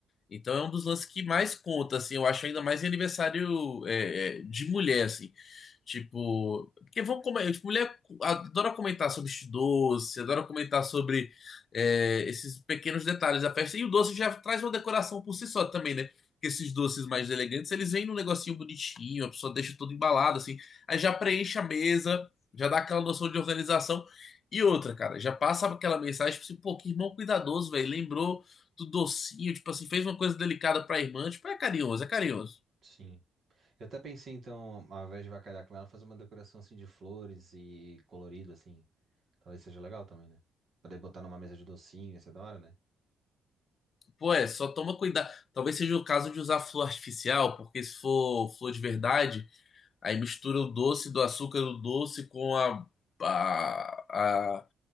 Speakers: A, on the left; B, on the right.
A: Então é um dos lances que mais conta, assim, eu acho ainda mais em aniversário é, é, de mulher, assim. Tipo, porque vão comer, tipo, mulher adora comentar sobre este doce, adora comentar sobre é, esses pequenos detalhes da festa. E o doce já traz uma decoração por si só também, né? Porque esses doces mais elegantes, eles vêm num negocinho bonitinho, a pessoa deixa tudo embalado, assim. Aí já preenche a mesa, já dá aquela noção de organização. E outra, cara, já passa aquela mensagem, tipo assim, pô, que irmão cuidadoso, velho. Lembrou do docinho, tipo assim, fez uma coisa delicada pra irmã, tipo, é carinhoso, é carinhoso.
B: Sim. Eu até pensei, então, ao invés de avacalhar com ela, fazer uma decoração assim de flores e colorido, assim. Talvez seja legal também, né? Poder botar numa mesa de docinho, ia ser da hora, né?
A: Pô, é, só toma cuidado. Talvez seja o caso de usar flor artificial, porque se for flor de verdade, aí mistura o doce do açúcar do doce com a, a, a-